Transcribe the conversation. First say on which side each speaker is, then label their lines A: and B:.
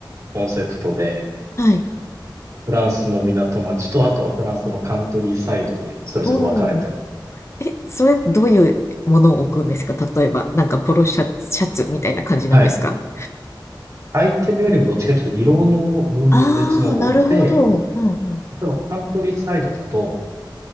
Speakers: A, on the right; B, on the left.
A: コンセプトで、
B: はい。
A: フランスの港町と、あとはフランスのカントリーサイドでそれぞれ分かれてます。
B: おお。え、それどういうものを置くんですか例えば、なんかポロシャツ、シャツみたいな感じなんですか
A: はい。アイテムよりもどっちかというと色の分裂の方が多くて、
B: ああー、なるほど。うんうん。
A: 例えばカントリーサイドだと、